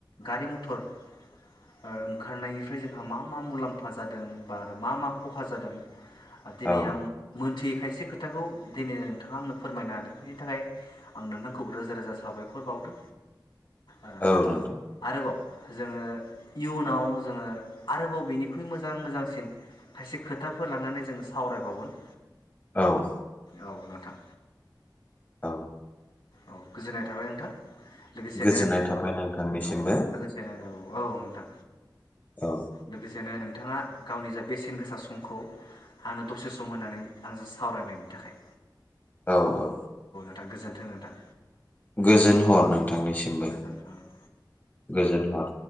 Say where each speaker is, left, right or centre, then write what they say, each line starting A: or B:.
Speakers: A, on the left; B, on the left.
A: गारि मथ थर ओ ओंखारनायनिफ्राय जोंहा मा मा मुलाम्फा जादों बा मा मा खहा जादों। दिनै
B: औ
A: आं मोनथियै खायसे खोथाखौ दिनै नोंथाङा आंनो फोरमायनो हादों बेनि थाखाय आं नोंथांखौ रोजा रोजा साबायखर बावदो। ओ
B: औ नोंथां
A: आरोबाव जोङो इयुनाव जोङो आरोबाव बेनिख्रुइ मोजां मोजांसिन खायसे खोथाफोर लानानै जोङो सावरायबावगोन।
B: औ
A: औ नोंथां
B: औ
A: औ गोजोननाय थाबाय नोंथां। लोगोसेनो
B: गोजोननाय थाबाय नोंथांनिसिमबो।
A: औ लोगोसेनो औ औ नोंथां
B: औ
A: लोगोसेनो नों थाङा गावनि जा बेसेन गोसा समखौ आंनो दसे सम होननानै आंजों सावरायनायनि थाखाय।
B: औ औ
A: नोंथां गोजोन्थों नोंथां।
B: गोजोन हर
A: औ
B: नोंथांनिसिमबो
A: गोजोन्थों
B: गोजोन हर